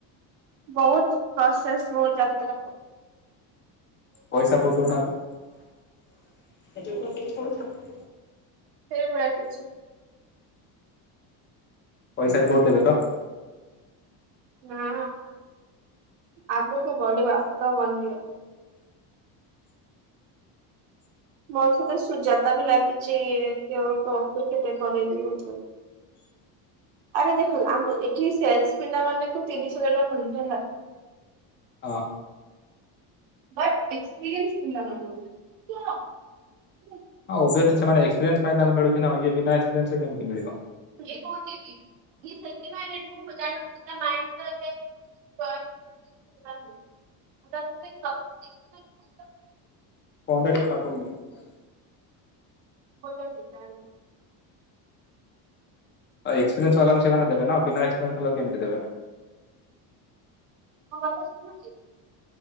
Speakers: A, on the right; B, on the left.
A: ବହୁତ ପ୍ରସେସ ବହୁତ ଯାତ୍ରା କରୁ
B: ପଇସା ବହୁତ ଦଉନାହାନ୍ତି।
A: ସେଇଭଳିଆ କିଛି
B: ପଇସା ବି ବହୁତ ଦେବେ ତ।
A: ନାଆ ଆଗକୁ ବଢ଼ିବ ଆଫ୍ଟର୍ ୱାନ ଇୟର। ମୋ ସହିତ ସୁଜତା ବି ଲାଗିଛି କେଉ କମ୍ପିଟେ କରେଇ ଦିଉ ଆରେ ଦେଖ ଆମ ଏଠି ସେଲସ ପିଲା ମାନଙ୍କୁ ତିରିଶ ହାଜର ମିଳୁଛି ହେଲା।
B: ହ।
A: ବଟ ଏକ୍ସପିରିନ୍ସ ପିଲା ମାନଙ୍କୁ ନେଇ ଥିଲା ମ
B: ହଁ ଓଭିଅସଲି ସେମାନେ ଏକ୍ପିରିଏନ୍ସ ତାଙ୍କୁ ମିଳୁଛି ନା ଏ ବିନା ଏସପିରିନ୍ସରେ କେମିତି ମିଳିବ?
A: କିଏ କହୁଚି କି <unintelligible> <unintelligible>
B: ଫୋନଟା ଟିକେ ପାଖକୁ ନିଅ।
A: <unintelligible>
B: ଏକ୍ସପିରିଏନ୍ସ ବାଲାଙ୍କୁ ସେମାନେ ଦେବେ ନା ବିନା ଏକ୍ସପିରିଏନ୍ସ ବାଲାକୁ କେମିତି ଦେବେ?
A: ହ ବାପା ଶୁଭୁଛି।